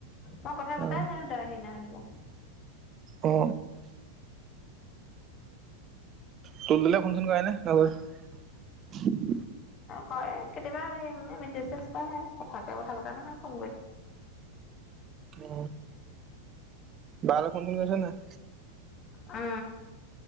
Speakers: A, on the left; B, on the right.
A: মই কথা পতাই
B: অ
A: নাই তই সেইদিনা খনিপা
B: অ তোল তোলে ফোন চোন কৰেনে।
A: কয় কেতিয়াবা হে মেছেজ সেছেজেছ কথাকে কথা পতা নহয় ফোন কৰিলে
B: অ বা লে ফোন চোন কৰিছ নাই।
A: অ